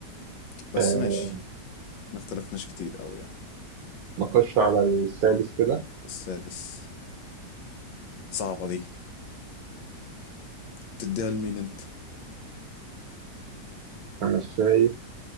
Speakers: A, on the left; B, on the right.
A: بس
B: آه،
A: ماشي ما اختلفناش كتير قوي يعني
B: نخش على السادس كده
A: السادس صعبة دي تديها لمين انت
B: انا شايف